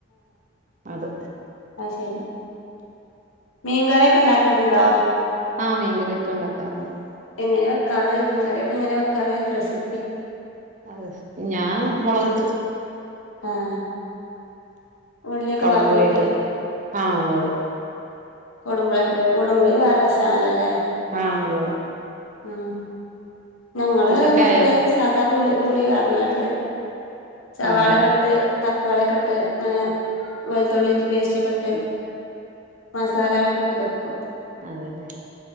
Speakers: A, on the right; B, on the left.
A: അത്
B: അഹ് ശരി മീൻകറിയൊക്കെ ഇണ്ടാക്കലുണ്ടോ
A: ആഹ് മീൻക്കറിയൊക്കെ ഉണ്ടാക്കാറുണ്ട്
B: എങ്ങനെ വെക്കാറ് മീൻക്കറിയൊക്കെ എങ്ങനെ വെക്കാറ് റെസിപ്പി
A: ആ റെസിപ്പി ഞാൻ മുളകിട്ട്
B: ആഹ് ഉള്ളിയൊക്കെ
A: കൊടംപുളിയിട്ട്
B: വാട്ടിയിട്ട്
A: ആഹ് അതെ അതെ
B: കൊടംപുളി ഒക്കെ ഇട്ട് കൊടംപുളി വേറെരു രസാണല്ലോ ല്ലേ
A: ആഹ് അതെ
B: ആഹ് ഞങ്ങള്
A: ഫുഡൊക്കെ
B: മറ്റേ
A: ആയോ
B: സാധാ പുളി പുളി പാർന്നിട്ട് സവാളക്കെട്ട്
A: ആഹ്
B: തക്കാളി ഒക്കെ ഇട്ട് ഏഹ് വെളുത്തുള്ളി, ഇഞ്ചി പേസ്റ്റ് ഒക്കെട്ട് മസാലകളൊക്കെ ഇട്ട് വെക്കും.
A: അതേല്ലേ